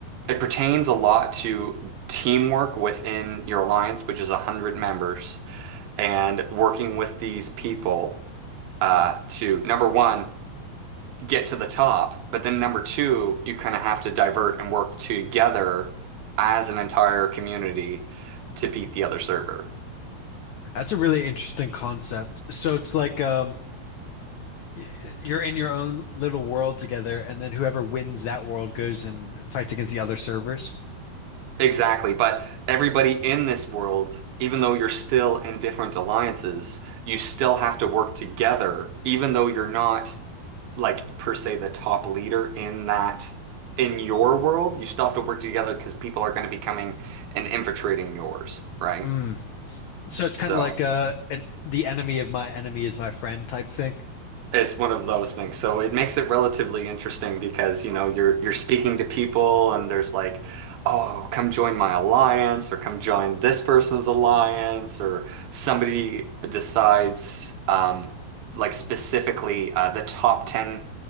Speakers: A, on the right; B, on the left.
A: it pertains a lot to teamwork within your alliance, which is 100 members, and working with these people uh, to, number one, get to the top, but then number two, you kind of have to divert and work together as an entire community to beat the other server.
B: that's a really interesting concept. So it's like um y- you're in your own little world together and then whoever wins that world goes and fights against the other servers.
A: Exactly, but everybody in this world, even though you're still in different alliances, you still have to work together, even though you're not like per se the top leader in that in your world, you still have to work together because people are going to be coming and infiltrating yours, right?
B: Mm. So it's
A: So.
B: kind of like uh an, the enemy of my enemy is my friend type thing.
A: It's one of those things. So it makes it relatively interesting because, you know, you're you're speaking to people and there's like, oh, come join my alliance or come join this person's alliance or somebody decides um like specifically uh, the top 10